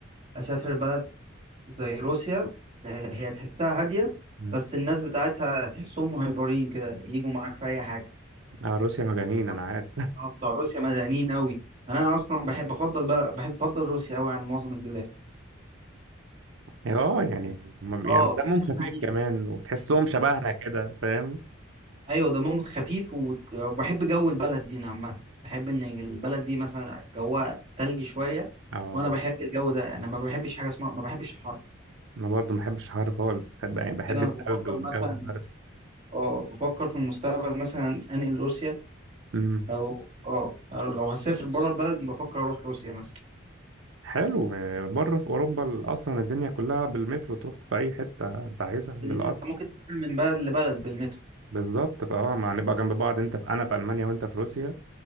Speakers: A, on the right; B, on the right.
A: اسافر بلد زي روسيا آه، هي تحسها هاديه
B: مم.
A: بس الناس بتاعتها تحسهم مهيبرين كده يجوا معاك في اي حاجه
B: اه روسيا مجانين
A: اه
B: انا عارف
A: آه، بتوع روسيا مدنيين قوي انا اصلا بحب افضل بقى بحب افضل روسيا قوي عن معظم البلاد
B: اه يعني هما بي-
A: اه
B: يعني دمهم
A: كاس
B: خفيف
A: المعيشه
B: كمان وتحسهم شبهنا كده فاهم
A: ايوه دمهم خفيف وت- وبحب جو البلد دي عامه بحب ان البلد دي مثلا جوها تلج شويه
B: اه
A: وانا بحب الجو ده انا ما بحبش حاجه اسمها ما بحبش الحر
B: انا برضو ما بحبش الحر خالص بحب يعني بحب
A: كده
B: الثلج
A: انا بفكر
B: والجو
A: مثلا
B: البرد
A: اه بفكر في المستقبل مثلا انقل روسيا
B: امم
A: او اه أو لو هسافر بره البلد بفكر اروح روسيا مثلا
B: حلو آه، بره في اوروبا ال- اصلا الدنيا كلها بالمترو تروح في اي حته انت عايزها بالقطر
A: بالمترو، انت ممكن تسافر من بلد لبلد بالمترو
B: بالظبط فاه ما هنبقى جنب بعض انت في انا في المانيا وانت في روسيا